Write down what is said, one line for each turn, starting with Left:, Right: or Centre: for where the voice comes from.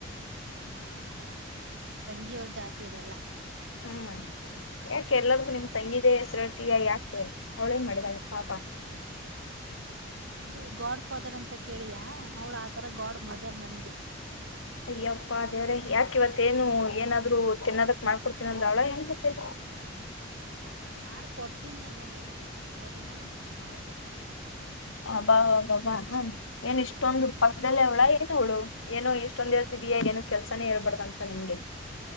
Right: ಹಾ ನಮ ತಂಗಿಯವರು ಜಾತಿ ಅದೆಲ್ಲಾ.
Left: ಹ್ಮ್ ಯಾಕೆ ಎಲ್ಲದ್ದಕ್ಕೂ ನಿಮ್ ತಂಗಿದೇ ಹೆಸರ ಹೇಳ್ತೀಯಾ ಯಾಕೆ ಅವ್ಳೇನ್ ಮಾಡಿದಾಳೆ ಪಾಪ.
Right: ಇದು ಗಾಡ್ ಫಾದರ್ ಅಂತ ಕೇಳಿಯಾ ಅವಳ ಆತರ ಗಾಡ್ ಮದರ್ ನನಗೆ
Left: ಅಯ್ಯಪ್ಪಾ ದೇವ್ರೆ ಯಾಕ ಇವತ್ೇನು ಏನಾದ್ರು ತಿನ್ನದಕ್ ಮಾಡ್ಕೊಡ್ತೀನ ಅಂದ ಅವ್ಳ ಏನ್ ಕತೆೆ
Right: ಇಲ್ಲ ಇಲ್ಲ ಮಾಡ್ಕ ಕೊಡ್ತೀನಿ ಅನ್ನೋದೇಏನ ಇಿಲ್ಲ ಹೊ ದಿನಾನ ನಂಗೆ ಮಾಡೇ ಕೊಡ್ತಾರೆ
Left: ಅಬಬಬ ಏನ್ ಇಷ್ಟೊಂದು ಪಕ್ಕದಲ್ಲ ಅವ್ಳ ಏನ ಅವ್ಳು ಏನೋ ಇಷ್ಟೊಂದ್ ಇರ್ತಿದಯಾ ಏನೋ ಕೆಲ್ಸಾನೇಳ್ಬಾರ್ದ ಅಂತ ನಿಂಗೆ